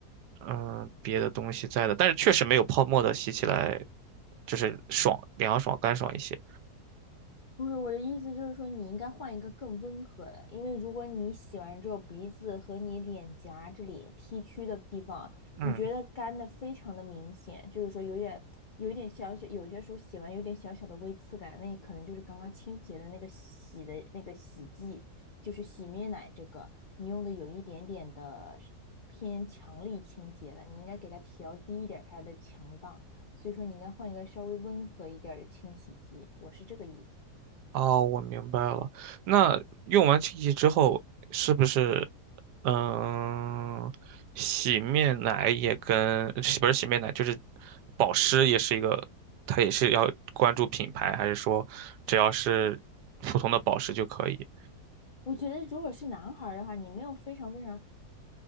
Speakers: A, on the right; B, on the left.
A: 嗯，别的东西在的，但是确实没有泡沫的洗起来就是爽、凉爽、干爽一些。
B: 不是我的意思，就是说你应该换一个更温和的，因为如果你洗完之后鼻子和你脸颊这里 T 区的地方，
A: 嗯，
B: 你觉得干的非常的明显，就是说有点有一点小小，有些时候洗完有点小小的微刺感，那你可能就是刚刚清洁的那个洗的那个洗剂，就是洗面奶这个，你用的有一点点的偏强力清洁了，你应该给它调低一点它的强档，所以说你应该换一个稍微温和一点儿的清洗剂，我是这个意思。
A: 哦，我明白了。那用完清洗之后，是不是嗯，洗面奶也跟洗不是洗面奶，就是保湿也是一个，它也是要关注品牌，还是说只要是普通的保湿就可以？
B: 我觉得，如果是男孩儿的话，你没有非常非常